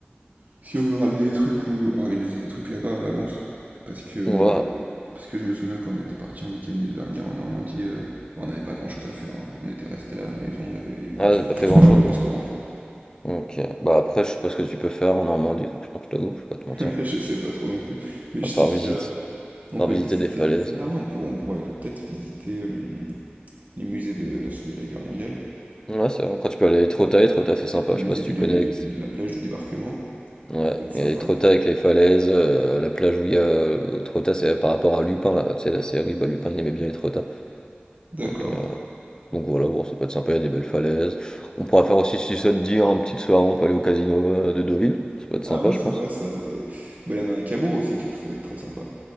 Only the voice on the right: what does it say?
Si on veut ramener des trucs ou organiser des trucs là-bas à l'avance, parce que
parce que je me souviens quand on était parti en week-end dernier en Normandie, euh, bon, on n'avait pas grand-chose à faire. hein. On était resté à la maison, on avait
on sortait
juste
par le restaurant quoi.
<laughs>
Je sais pas trop non plus, mais
je sais
qu'il
y a
on
peut
visiter.
Ah, on peut on pourrait peut-être visiter euh, les musées de la, de la guerre mondiale,
les
musées
du
dé-
de, de la plage du débarquement.
Ça peut être sympa.
D'accord.
Ah oui,
c'est
vrai ça. euh, Bah, il y en a un à Cabourg aussi qui est très très sympa.